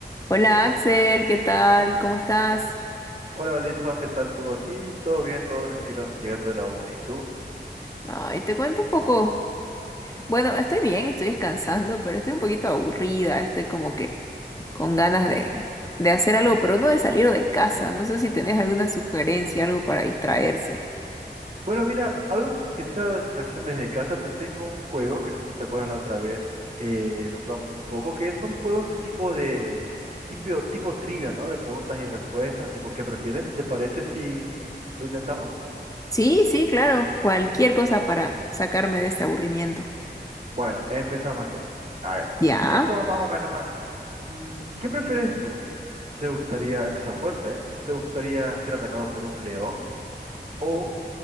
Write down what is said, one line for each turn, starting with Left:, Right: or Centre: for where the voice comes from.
Left: Hola Axel, ¿qué tal? ¿Cómo estás?
Right: Hola, Alison, ¿qué tal tú aquí? ¿Todo bien, todo tranquilo, llegando de la uni, ¿y tú?
Left: Ay, te cuento un poco. Bueno, estoy bien, estoy descansando, pero estoy un poquito aburrida, estoy como que con ganas de, de hacer algo, pero no de salir de casa. No sé si tenés alguna sugerencia, algo para distraerse.
Right: Bueno, mira, algo que sea distracción desde casa, te tengo un juego que no sé si te acuerdas la otra vez, eh, lo probamos un poco, que son juegos de tipo de, tipo, tipo trivia, ¿no? De preguntas y respuestas, tipo, ¿qué prefieres? ¿Te parece si lo intentamos?
Left: Sí, sí, claro, cualquier cosa para sacarme de este aburrimiento.
Right: Bueno, empezamos entonces. A ver,
Left: ¿Ya?
Right: esto va más o menos así. Mm, ¿qué prefieres tú? ¿Te gustaría, empieza fuerte, ¿eh? ¿Te gustaría ser atacado por un león? o